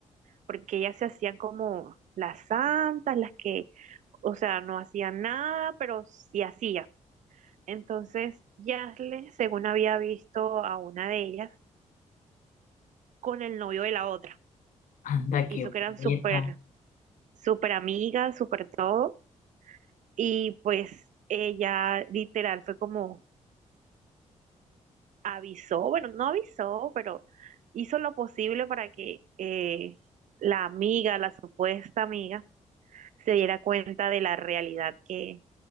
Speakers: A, on the right (about 70°); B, on the left (about 80°).
A: porque ellas se hacían como las santas, las que, o sea, no hacían nada, pero sí hacían. Entonces, Yasle, según había visto a una de ellas, con el novio de la otra,
B: Anda,
A: hizo
B: qué bonita.
A: que eran súper, súper amigas, súper todo, y pues ella literal fue como, avisó, bueno, no avisó, pero hizo lo posible para que eh, la amiga, la supuesta amiga, se diera cuenta de la realidad que,